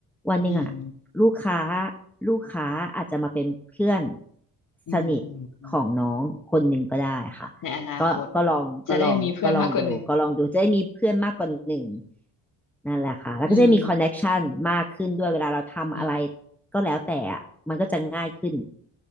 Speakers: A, in the centre; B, on the left.
A: วันหนึ่งอ่ะ
B: อืม
A: ลูกค้าลูกค้าอาจจะมาเป็นเพื่อน
B: อืมอืมอืม
A: สนิทของน้องคนหนึ่งก็ได้ค่ะ
B: ในอนาคต
A: ก็ก็ลองก็ลองก็ลองดูก็ลองดูจะได้มีเพื่อนมากกว่าหนึ่ง
B: จะได้มีเพื่อนมากกว่าหนึ่ง
A: นั่นแหละค่ะแล้วก็จะได้มีคอนเน็กชันมากขึ้นด้วยเวลาเราทำอะไร
B: อืมอืม
A: ก็แล้วแต่อ่ะมันก็จะง่ายขึ้น